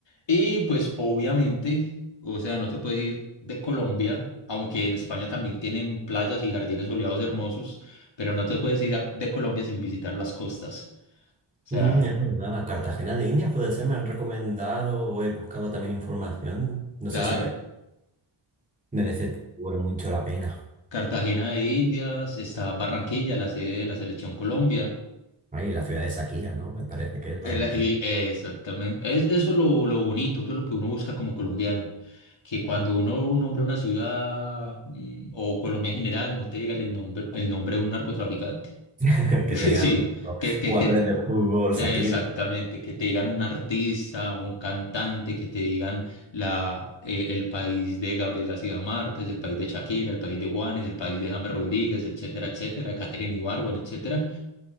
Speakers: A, on the left; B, on the right.
A: Y pues obviamente, o sea, no te puedes ir de Colombia, aunque en España también tienen playas y jardines soleados hermosos, pero no te puedes ir a- de Colombia sin visitar las costas. O
B: Mm,
A: sea,
B: es verdad, a Cartagena de Indias puede ser, me han recomendado o he buscado también información. No
A: claro.
B: sé si me merece seguro mucho la pena.
A: Cartagena de Indias, está Barranquilla, la sede de la Selección Colombia.
B: Ahí, la ciudad de Shakira, ¿no? Me parece que es
A: El-
B: Barranquilla.
A: y- eh, exactamente. Es, eso es lo, lo bonito, eso es lo que uno busca como colombiano. Que cuando uno nombra una ciudad mm, o Colombia en general, no te digan el nombre, el nombre de un narcotraficante.
B: <laughs> Que
A: <laughs> Sí,
B: te digan por ejemplo,
A: que, que,
B: jugadores
A: que
B: de fútbol, Shakira.
A: Exactamente, que te digan un artista o un cantante, que te digan la, eh, el país de Gabriel García Márquez, el país de Shakira, el país de Juanes, el país de James Rodríguez, etcétera, etcétera, Katherine Ibargüen, etcétera.